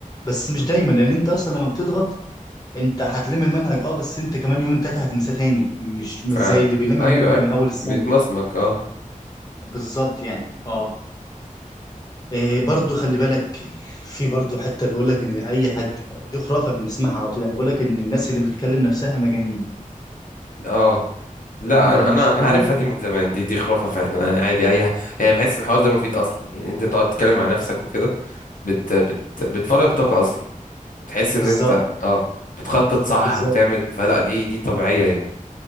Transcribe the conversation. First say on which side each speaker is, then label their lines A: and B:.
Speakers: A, on the left; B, on the left.
A: بس مش
B: مم،
A: دايما لان انت اصلا لما بتضغط انت هتلم المنهج اه بس انت كمان يومين تلاته هتنساه تاني مش مش
B: فعلا
A: زي اللي بيلم
B: أيوه
A: المنهج
B: أيوه
A: من اول السنه
B: بيتمسمك أه
A: بالظبط يعني اه إيه برضو خلي بالك في برضو حته بيقول لك ان اي حد دي خرافه بنسمعها على طول يعني بيقول لك ان الناس اللي بتكلم نفسها مجانين
B: أه
A: الكلام
B: لا
A: ده
B: أنا
A: مش
B: أنا
A: حقيقي
B: أنا عارفها دي من زمان دي دي خرافة فعلا أنا عادي أي ح- يعني بحس الحوار ده مفيد أصلا يعني أنت تقعد تتكلم مع نفسك وكده بت بت بتفرغ طاقة أصلا تحس ان
A: بالظبط
B: انت اه بتخطط صح
A: بالظبط
B: وبتعمل فلا دي دي طبيعية يعني